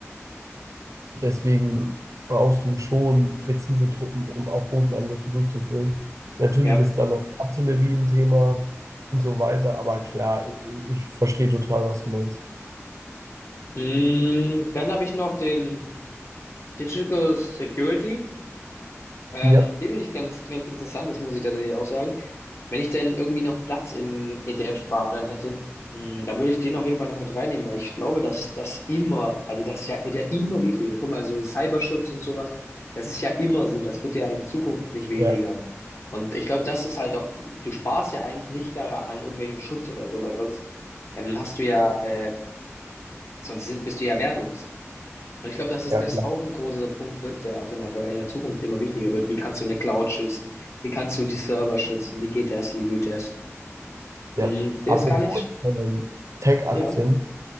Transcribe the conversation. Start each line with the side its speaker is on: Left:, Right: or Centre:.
Right: Deswegen brauchst du schon präzise Truppen, um auch Bodenangriffe durchzuführen. Natürlich
Left: Ja.
Right: ist da noch Artillerie ein Thema und so weiter, aber klar, ich, ich verstehe total, was du meinst.
Left: Mm, Dann habe ich noch den Digital Security. Ähm,
Right: Ja,
Left: den finde ich ganz, ganz interessant, das muss ich tatsächlich auch sagen. Wenn ich denn irgendwie noch Platz im ETF-Sparplan hätte, mm, dann würde ich den auf jeden Fall noch mit reinnehmen, weil ich glaube, dass das immer, also das ist ja, wird ja immer wichtiger. Guck mal, so Cyberschutz und sowas, das ist ja immer so, das wird ja in Zukunft nicht weniger.
Right: Ja.
Left: Und ich glaube, das ist halt auch, du sparst ja eigentlich nicht daran an irgendwelchem Schutz oder so, weil sonst ähm, hast du ja, äh, sonst sind- bist du ja wertlos. Und ich glaube, dass es
Right: ja,
Left: das
Right: ja,
Left: auch ein großer Punkt wird, der auch in der, in der Zukunft immer wichtiger wird. Wie kannst du eine Cloud schützen? Wie kannst du die Server schützen? Wie geht das? Wie geht das?
Right: ja.
Left: Hm, der
Right: Apropos
Left: ist gar nicht.
Right: ähm, Tech-Aktien,
Left: Ja,